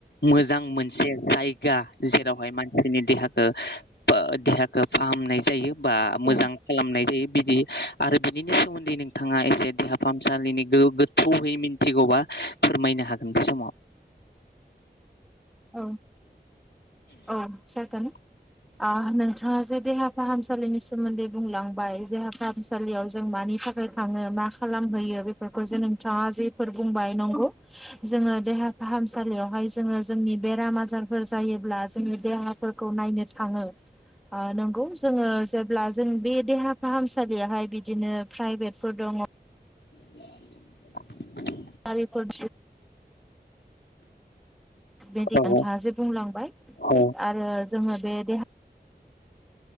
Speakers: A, on the left; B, in the centre.
A: मोजां मोनसे जायगा जेरावहाय मानसिनि देहाखौ देहाखौ फाहामनाय जायो बा मोजां
B: औ
A: खालामनाय जायो बिदि आरो बिनि सोमोन्दै नों बिथाङा एसे देहा फाहामसालिनि गो गोथौयै मिथिगौबा फोरमायनो हागोन बे समाव
B: औ औ जागोन।
A: <unintelligible>
B: नोंथाङा जे देहा फाहामसालिनि सोमोन्दै बुंलांबाय देहा फाहामसालियाव जों मानि थाखाय थाङो मा खालामहैयो बेफोरखौ जे नोंथाङा जेफोर बुंबाय नंगौ जोङो देहा फाहामसालियावहाय जोङो जोंनि बेराम आजारफोर जायोब्ला जोङो देहाफोरखौ नायनो थाङो। ओ नंगौ जोङो जेब्ला जों बे देहा फाहामसालियावहाय बिदिनो प्राइभेटफोर दङ'
A: <unintelligible>
B: गारिफोर। बेदि
A: औ
B: नोंथाङा जे बुंलांबाय
A: औ
B: थिग आरो जोङो बे देहा।